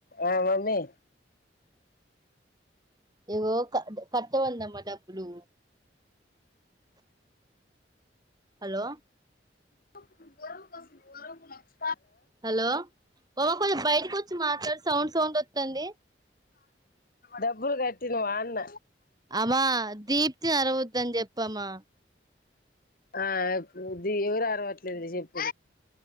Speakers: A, on the left; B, on the right.
A: ఆ మమ్మీ
B: ఏవో క కట్ట వందమ్మా డబ్బులు హలో
A: ప బరువు కసలు వరున్నాచ్
B: హలో అమ్మ కొంచం బయటకి వచ్చి మాట్లాడు సౌండ్ చో వస్తుండి
A: డబ్బులు కట్టినావ అన్న
B: అమ్మా దీప్తి నీ అరవద్దని చెప్పమ్మా
A: ఆ ఇప్పుది ఎవరు అరవట్లేదు చెప్పు